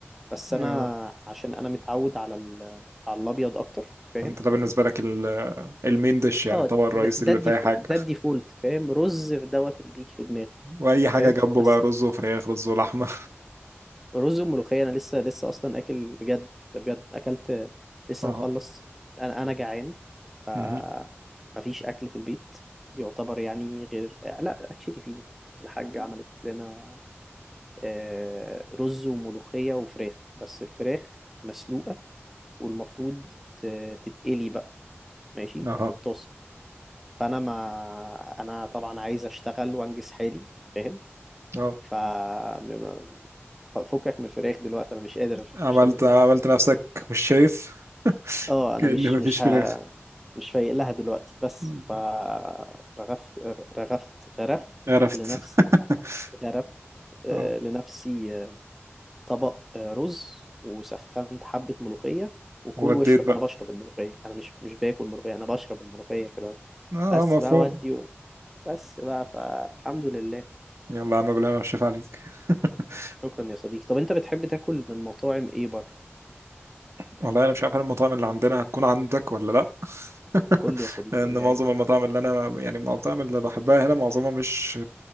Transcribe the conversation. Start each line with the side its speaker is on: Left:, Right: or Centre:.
Centre: بس
Right: يا-
Centre: أنا عشان أنا متعود على ال... على الأبيض أكتر فاهم
Right: انت ده بالنسبة لك ال- المين ديش يعني
Centre: اه
Right: الطبق الرئيسي
Centre: ده ده
Right: اللي
Centre: الديفو...
Right: فيه حاجة
Centre: ده الديفولت فاهم رز في دوت اللي بيجي في دماغي
Right: واي حاجه
Centre: فاهم
Right: جنبه
Centre: بس
Right: بقى رز وفراخ رز ولحمه
Centre: رز وملوخية أنا لسه لسه أصلا أكل بجد بجد أكلت لسه
Right: <laughs> اهو
Centre: مخلص أنا أنا جعان ف
Right: مهم.
Centre: مفيش أكل في البيت يعتبر يعني غير لا أكشلي فيه الحاجة عملت لنا آه، رز وملوخية وفراخ بس الفراخ مسلوقة والمفروض ت- تتقلي بقى ماشي
Right: اهو
Centre: في الطاسة فأنا ما أنا طبعا عايز أشتغل وأنجز حالي فاهم
Right: اهو
Centre: ف م- م- فكك من الفراخ دلوقتي انا مش قادر
Right: عملت
Centre: مش قادر
Right: عملت نفسك مش شايف
Centre: اه انا
Right: كأن
Centre: مش
Right: مفيش
Centre: مش
Right: فراخ
Centre: ها مش فايق لها دلوقتي بس
Right: مم.
Centre: فرغفت رغفت غرفت
Right: عرفت
Centre: لنفسي
Right: <laughs>
Centre: غرفت آه،
Right: اه
Centre: لنفسي آه، طبق آه، رز وسخنت حبة ملوخية وكل
Right: وديت
Centre: واشرب
Right: بقى
Centre: انا بشرب الملوخية انا مش مش باكل ملوخية انا بشرب الملوخية كده
Right: اه
Centre: بس
Right: آه، مفهوم
Centre: بقى ودي بس بقى فالحمد لله
Right: يلا يا عم بالله انا مش شايف عليك <laughs>
Centre: شكرا يا صديقي طب انت بتحب تاكل من مطاعم ايه بره
Right: والله انا مش عارف هل المطاعم اللي عندنا هتكون عندك ولا لا <laughs>
Centre: قول لي يا صديقي
Right: لان
Centre: قول لي
Right: معظم
Centre: عادي
Right: المطاعم اللي انا يعني المطاعم اللي بحبها هنا معظمها مش